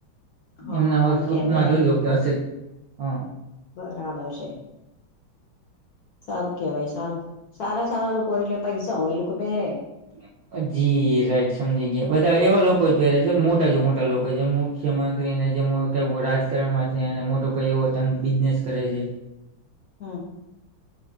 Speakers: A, on the left; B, on the right.
A: હા
B: એમને હ
A: કારણ
B: શૂટમાં
A: કે એમને
B: જો જો કે હશે જ, હા.
A: બરાબર છે. સારું કેવાય, સારું સારા સારા લોકો એટલે પૈસા હોય એ લોકો પહેરે.
B: <inaudible> જી રાઈટ સમજી ગયા બધા એવા લોકો જ પહેરે છે મોટા જો મોટા લોકો જે મુખ્યમંત્રી ને જેમ કે રાજકારણમાં છે અને મોટો કંઈ એવો ધંધ બિઝનેસ કરે છે.
A: હમ્મ.